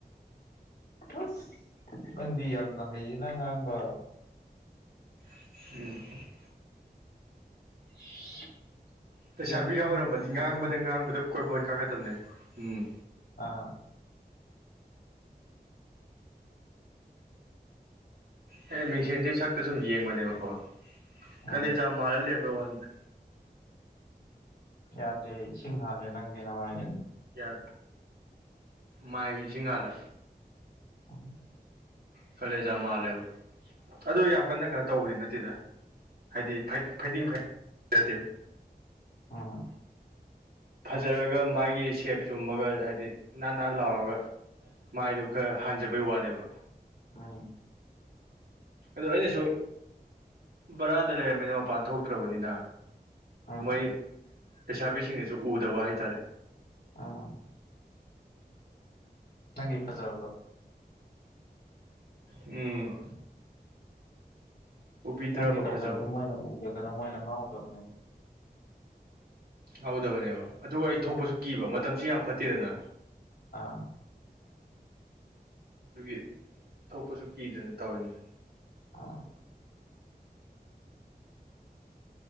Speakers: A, on the left; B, on the right.
A: ꯑꯁ ꯅꯪꯗꯤ ꯌꯥꯝꯅ ꯍꯩꯌꯦ ꯉꯥꯡꯕ
B: <unintelligible>
A: <unintelligible>
B: ꯂꯩꯁꯥꯕꯤꯒ
A: ꯌꯥꯝ ꯈꯪꯕ
B: ꯑꯣꯏꯔꯝꯃꯗꯤ
A: ꯑꯣꯏꯗꯣꯏꯅꯦ
B: ꯉꯥꯡꯕꯅꯥ ꯉꯥꯡꯕꯗ ꯀꯣꯡꯒꫭꯟ ꯀꯥꯀꯗꯕꯅꯦ ꯎꯝ
A: ꯑ
B: ꯑꯩꯅ ꯃꯤꯡꯁꯦꯟꯁꯦ ꯁꯛꯇ ꯁꯨꯝ ꯌꯦꯡꯕꯅꯦꯕꯀꯣ
A: ꯎꯝ
B: ꯈꯂꯦꯖꯥ ꯃꯥꯜꯂ ꯂꯔꯕꯔ ꯋꯥꯟꯁꯦ
A: ꯌꯥꯗ꯭ꯔꯦ ꯏꯁꯤꯡ ꯍꯥꯜꯂꯦ ꯅꯪꯗꯤ ꯅꯃꯥꯥꯏꯗꯣ
B: ꯀꯌꯥ ꯃꯥꯏꯁꯤꯡ ꯍꯥꯜꯂꯦ
A: ꯑꯥ
B: ꯀꯂꯦꯖ ꯃꯥꯜ ꯂꯩꯕ ꯑꯗꯨ ꯌꯥꯝ ꯀꯟꯅ ꯀꯩꯅꯣ ꯇꯧꯕꯗꯤ ꯅꯠꯇꯦꯗ ꯍꯥꯏꯗꯤ ꯐꯩ ꯐꯩꯗꯤꯡ ꯐꯡ ꯅꯠꯇꯦꯕ
A: ꯑꯣ
B: ꯐꯖꯔꯒ ꯃꯥꯒꯤ ꯁꯦꯞ ꯆꯨꯝꯃꯒ ꯍꯥꯏꯗꯤ ꯅꯥꯟꯅꯟ ꯂꯥꯎꯔꯒ ꯃꯥꯏꯗꯣ ꯈꯔ ꯍꯥꯟꯖꯕꯩ ꯋꯥꯅꯦꯕ
A: ꯑꯥ
B: ꯑꯗꯨ ꯑꯩꯅꯁꯨ ꯕꯔꯥꯗ ꯂꯩꯔꯝꯃꯤꯅ ꯃꯄꯥꯟ ꯊꯣꯛꯇ꯭ꯔꯕꯅꯤꯅ
A: ꯎꯝ
B: ꯃꯣꯏ ꯂꯩꯁꯥꯕꯤꯁꯤꯡꯅꯁꯨ ꯎꯗꯕ ꯍꯥꯏꯇꯥꯔꯦ
A: ꯑꯥ ꯅꯪꯒꯤ ꯐꯖꯥꯕꯗꯣ
B: ꯎꯝ ꯎꯕꯤꯗ꯭ꯔꯕ
A: ꯅꯪꯒꯤ
B: ꯐꯖꯕ
A: ꯐꯖꯕꯗꯣ ꯃꯣꯏꯅ ꯎꯗꯗꯅ ꯃꯣꯏꯅ ꯉꯥꯎꯗꯕꯅꯦ
B: ꯍꯧꯗꯕꯅꯦꯕ ꯑꯗꯨꯒ ꯑꯩ ꯊꯣꯛꯄꯁꯨ ꯀꯤꯕ ꯃꯇꯝꯁꯤ ꯌꯥꯝ ꯐꯠꯇꯦꯗꯅ
A: ꯑꯥ
B: ꯑꯗꯨꯒꯤ ꯊꯣꯛꯄꯁꯨ ꯀꯤꯗꯅ ꯇꯧꯔꯤꯅꯤ
A: ꯑꯥ